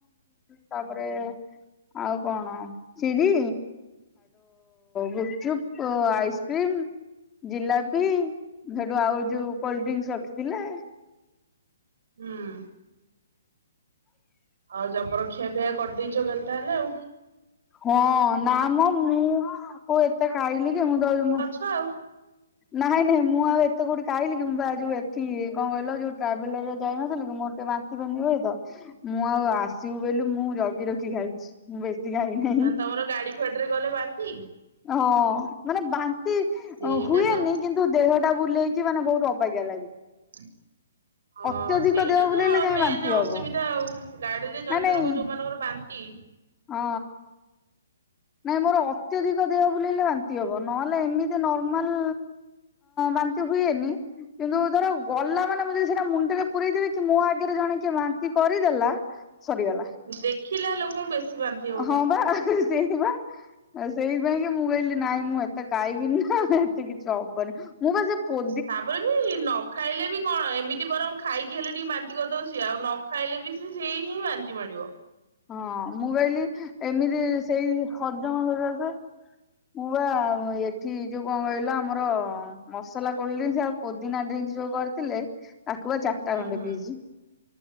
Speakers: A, on the left; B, on the right.
A: ତାପରେ ଆଉ କଣ ଚିରି ଗୁପଚୁପ୍ ଆଇସ୍କ୍ରିମ୍ ଜିଲାପି ସେଠୁ ଆଉ ଯୋଉ କୋଲଡ ଡ୍ରିଙ୍କସ ରଖିଥିଲେ।
B: ହଁ ଆଉ ଜବରଖିଆ ଫିଆ କରିଦେଇଛ କାଲି ତାହେଲେ ଆଉ
A: ହଁ ନା ମ ମୁଁ କଉ ଏତେ ଖାଇଲି କି ମୁଁ
B: ହଁ
A: ନାଇଁ ନାଇଁ ମୁଁ ଆଉ ଏତେ କୋଠି କାଇଲିି କି ମୁ ବା ଯୋଉ ଏଠି କଣ କହିଲ ଯୋଉ ଟ୍ରାଭେଲରରେ ଯାଇନଥିଲି କି ମୋରେ ବାନ୍ତି ତ ମୁଁ ଆଉ ଆସିବୁ ବୋଲିଲୁ ମୁଁ ଜଗି ରଖି ଖାଇଛି। ମୁଁ ବେଶୀ ଖାଇନି।
B: ତମର ଗାଡି ଫାଡ଼ି ରେ ଗଲେ ବାନ୍ତି।
A: ହଁ ମାନେ ବାନ୍ତି
B: ସେଇଟା
A: ହୁଏନି
B: ତ
A: କିନ୍ତୁ ଦେହ ଟା ବୁଲେଇକି ମାନେ ବହୁତ ଅବଜ୍ଞା ଲାଗେ।
B: <inaudible> ହଁ
A: ଅତ୍ୟଧିକ
B: ସେଇଟା
A: ଦେହ
B: ତ
A: ବୁଲେଇଲେ ଯାଇ
B: ମେନ୍
A: ବାନ୍ତି
B: ଅସୁବିଧା
A: ହବ
B: ଆଉ ଗାଡିରେ ଜଣ
A: ନା ନାଇଁ
B: ଜଣଙ୍କ ଯୋଉମାନଙ୍କର ବାନ୍ତି କି?
A: ହଁ ନାଇଁ ମୋର ଅତ୍ୟଧିକ ଦେହ ବୁଲେଇଲେ ବାନ୍ତି ହବ ନହେଲେ ଏମିତି ନର୍ମାଲ ବାନ୍ତି ହୁଏନି କିନ୍ତୁ ଧର ଗଲା ମାନେ ମୁଁ ଯଦି ସେଟା ମୁଣ୍ଡରେ ପୁରଇଦେବି କି ମୋ ଆଗରେ ଜଣେକି ମାନ୍ତି କରିଦେଲା ସରିଗଲା।
B: ଦେଖିଲା ଲୋକଙ୍କୁ ବେଶୀ ବାନ୍ତି ହବ
A: ହଁ ବା ସେଇ ବା ସେଇପାଇଁ କି ମୋବାଇଲରେ ନହିଁ ମୁଁ ଏତେ ଖାଇବିନି ନା ଏତେ କିଛି ହବନି। ମୁଁ ବା ସେ ପ
B: ତାପରେ ବି ନ ଖାଇଲେ ବି କଣ ଏମିତି ବରଂ ଖାଇକି ହେଲେ ଟିକେ ବାନ୍ତି କରିଦବ ସିଏ ଆଉ ନ ଖାଇଲେ ବି ସେ ସେଇ ହିଁ ବାନ୍ତି ମାଡିବ।
A: ହଁ ମୁଁ କହିଲି ଏମିତି ସେଇ ହଜମ ସରଆସ। ପୁ ବା ଏଠି ଯୋଉ କଣ କହିଲା ଆମର। ମସଲା କୋଲ ଡ୍ରିସ ଆଉ ପୋଦିନା ଡ୍ରିଙ୍କସ ଯୋଉ କରିଥିଲେ। ତାକୁ ବା ଚାରିଟା
B: ହୁଁ
A: ଖଣ୍ଡେ
B: ହୁଁ।
A: ପିଇଜି